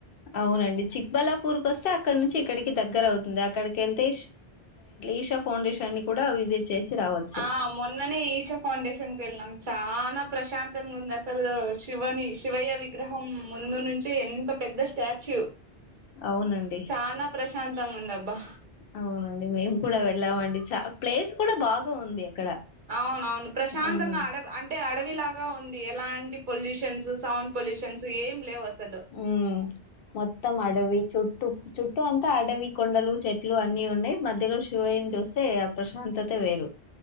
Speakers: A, on the left; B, on the right.
A: అవునండి చిక్బలా ఊరుక వస్తే అక్కడ నుంచి ఇక్కడికి దగ్గర అవుతుంది అక్కడికి వెళ్తే ఈషా ఫౌండేషన్ కూడా విజిట్ చేసి రావచ్చు.
B: ఆ మొన్ననే ఈశా ఫౌండషన్ కి వెల్ న చానా ప్రశాంతంగా ఉంది అసలు శివని శివయ్య విగ్రహం ముందు నుంచే ఎంత పెద్ద స్టాచ్యూ
A: అవునండి.
B: చానా ప్రశాంత్ తాంగుందాబ్బా
A: అవునండి మేము కూడా వెళ్ళామండి చ ప్లేస్ కూడా బాగా ఉంది అక్కడ.
B: అవునవును ప్రశాంతంగా
A: హ్మ్.
B: అడ అంటే అడ లాగా ఉంది ఎలాంటి పొల్యూషన్స్ సౌండ్ పొల్యూషన్స్ ఏం లేవు అసలు
A: ఉమ్ మొత్తం అడవి చుట్టూ చుట్టూ అంతా అడవి కొండలు చెట్లు అన్నీ ఉండయి మధ్యలో శివయ్యని చూస్తే ఆ ప్రశాంతత వేరు